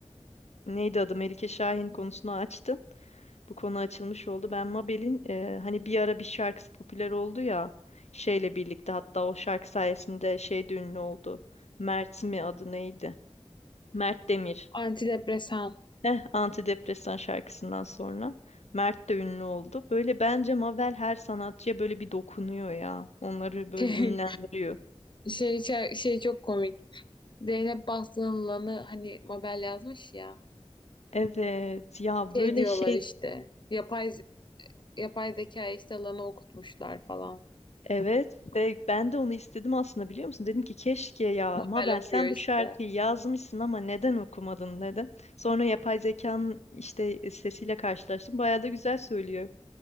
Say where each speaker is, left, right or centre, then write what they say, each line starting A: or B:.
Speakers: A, on the left (about 80°); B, on the left (about 45°).
A: neydi adı Melike Şahin konusunu açtın. Bu konu açılmış oldu. Ben Mabel'in e, hani bir ara bir şarkısı popüler oldu ya şeyle birlikte hatta o şarkı sayesinde şey de ünlü oldu. Mert mi adı neydi? Mert Demir.
B: Antidepresan.
A: Heh, antidepresan şarkısından sonra Mert de ünlü oldu. Böyle bence Mabel her sanatçıya böyle bir dokunuyor ya. Onları böyle
B: <laughs> Şey,
A: ünlendiriyor.
B: şey, şey, şey çok komik. Zeynep Bastık'ın lanı hani Mabel yazmış ya.
A: Evet ya
B: Şey
A: böyle
B: diyorlar
A: şey
B: işte. Yapay yapay zeka işte lanı okutmuşlar falan.
A: Evet ve ben de onu istedim aslında biliyor musun? Dedim ki keşke ya
B: Mabel
A: Mabel
B: okuyor
A: sen
B: işte.
A: bu şarkıyı yazmışsın ama neden okumadın dedim. Sonra yapay zekanın işte e, sesiyle karşılaştım. Bayağı da güzel söylüyor.